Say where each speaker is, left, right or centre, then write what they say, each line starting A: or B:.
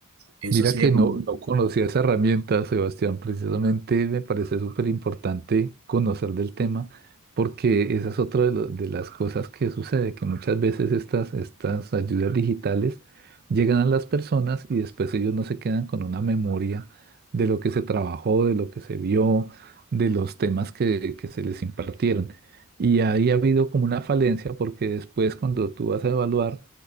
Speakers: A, on the right; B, on the right.
A: eso
B: Mira
A: sería
B: que
A: como,
B: no, no conocía esa herramienta, Sebastián. Precisamente me parece súper importante conocer del tema, porque esa es otra de, lo- de las cosas que sucede, que muchas veces estas, estas ayudas digitales llegan a las personas y después ellos no se quedan con una memoria de lo que se trabajó, de lo que se vio, de los temas que, que se les impartieron. Y ahí ha habido como una falencia, porque después cuando tú vas a evaluar,